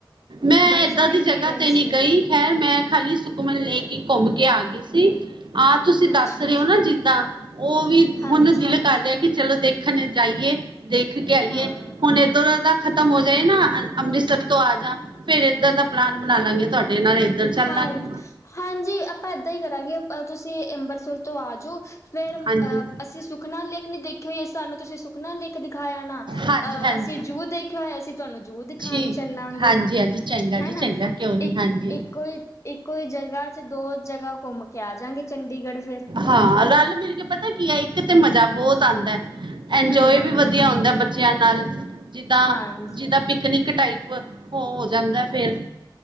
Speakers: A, on the right (about 65°); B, on the left (about 35°).
A: ਮੈਂ
B: ਬੜੇ
A: ਏਦਾਂ
B: ਸਾਰੇ
A: ਦੀ ਜਗ੍ਹਾ
B: ਹੀਰਨ
A: ਤੇ ਨਹੀਂ
B: ਸੀ
A: ਗਈ ਖੈਰ ਮੈਂ ਖਾਲੀ ਸੁਖਮਨ ਲੈਕ ਕੀ ਘੁੰਮ ਕੇ ਆ ਗਈ ਸੀ। ਆਹ ਤੁਸੀਂ ਦੱਸ
B: ਅੱਛਾ
A: ਰਹੇ
B: ਅੱਛਾ
A: ਹੋ ਨਾ ਜਿੱਦਾਂ ਉਹ ਵੀ
B: ਹਾਂਜੀ
A: ਹੁਣ ਦਿਲ ਕਰ ਰਿਹਾ ਐ। ਕਿ ਚਲੋ ਦੇਖਣ ਜਾਈਏ। ਦੇਖ ਕੇ ਆਈਏ
B: ਹਾਂ
A: ਹੁਣ ਇੱਧਰ ਦਾ ਖ਼ਤਮ ਹੋ ਜਾਏ ਨਾ ਅੰਮ੍ਰਿਤਸਰ ਤੋਂ ਆ ਜਾ ਫੇਰ ਇੱਧਰ ਦਾ ਪੈਲਾਨ ਬਣਾ ਲਾਂਗੇ ਤੁਹਾਡੇ ਨਾਲ ਚੱਲ
B: ਹਾਂਜੀ
A: ਲਾਂਗੇ
B: ਹਾਂਜੀ ਆਪਾਂ ਏਦਾਂ ਹੀ ਕਰਾਂਗੇ ਤੁਸੀਂ ਅੰਬ੍ਰਿਤਸਰ ਤੋਂ ਆ ਜਾਓ ਫੇਰ ਅਹ
A: ਹਾਂਜੀ
B: ਅਸੀਂ ਸੁਖਨਾ ਲੇਕ ਨਹੀਂ ਦੇਖੀ ਹੋਈ ਸਾਨੂੰ ਤੁਸੀਂ ਸੁੁਖਨਾ ਲੇਖ। ਦਿਖਾਇਆ ਨਾ
A: ਹਾਂਜੀ
B: ਅਹ
A: ਹਾਂਜੀ
B: ਅਸੀਂ ਜੂ ਦੇਖਿਆ ਹੋਏ ਅਸੀਂ ਤੁਹਾਨੂੰ ਜੂ ਦਿਖਾਉਣ
A: ਠੀਕ
B: ਚੱਲਾਂਗੇ
A: ਹਾਂਜੀ ਹਾਂਜੀ ਚੰਗਾ
B: ਹਨਾ
A: ਜੀ ਚੰਗਾ ਕਿਉਂ ਨਹੀਂ
B: ਇੱਕ
A: ਹਾਂਜੀ
B: ਇੱਕ। ਇੱਕੋ ਹੀ ਜਗ੍ਹਾ ਚ ਦੋ ਜਗ੍ਹਾ। ਘੁੰਮ ਕੇ ਆਜਗੇ ਚੰਡੀਗੜ੍ਹ ਫਿਰ।
A: ਹਾਂ ਰਲ ਮਿਲ ਕੇ ਪਤਾ ਕੀ ਹੈ ਇੱਕ ਤੇ ਮਜ਼ਾ ਬਹੁਤ ਆਉਂਦਾ ਹੈ। ਇੰਜੋਏ
B: ਹੂੰ
A: ਵੀ ਵਧੀਆ ਹੁੰਦਾ ਬੱਚੇ। ਬੱਚਿਆਂ ਨਾਲ। ਜਿੱਦਾਂ
B: ਹਾਂਜੀ
A: ਜਿੱਦਾਂ ਪਿਕਨਿਕ ਟਾਈਪ। ਵ ਉਹ ਹੋ ਜਾਂਦਾ ਫੇਰ।